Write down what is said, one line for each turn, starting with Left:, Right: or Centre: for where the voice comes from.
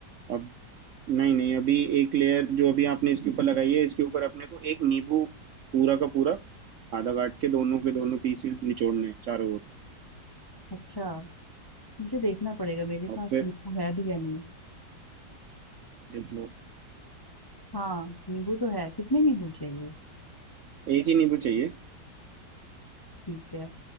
Right: अब नहीं नहीं अभी एक लेयर जो अभी आपने इसके ऊपर लगाई है इसके ऊपर अपने को एक नींबू पूरा का पूरा आधा काट के दोनों के दोनों पीसेस निचोड़ने हैं चारों ओर
Left: अच्छा मुझे देखना पड़ेगा मेरे
Right: और
Left: पास
Right: फिर
Left: नींबू है भी या नहीं
Right: देख लो
Left: हाँ नींबू तो है कितने नींबू चाहिए
Right: एक ही नींबू चाहिए
Left: ठीक है